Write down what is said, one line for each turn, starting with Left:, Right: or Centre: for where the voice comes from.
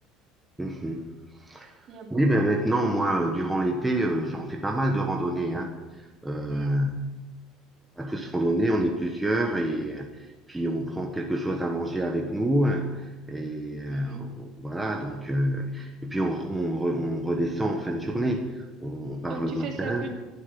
Centre: Mhm.
Right: Il y a beaucoup
Centre: Oui, ben maintenant,
Right: de...
Centre: moi, euh, durant l'été, euh, j'en fais pas mal de randonnées, hein. Euh,
Right: Hmm.
Centre: on va tous randonner, on est plusieurs, et euh, puis on prend quelque chose à manger avec nous. hein. Et euh,
Right: Mhm.
Centre: voilà, donc, euh, et puis on, on, re- on redescend en fin de journée. On, on part
Right: Donc
Centre: le
Right: tu
Centre: matin,
Right: fais ça plus